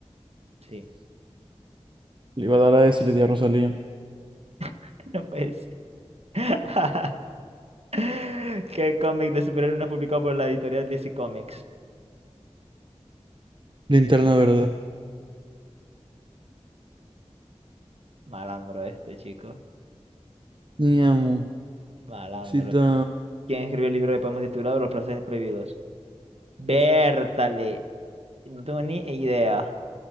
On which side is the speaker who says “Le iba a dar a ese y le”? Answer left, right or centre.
Right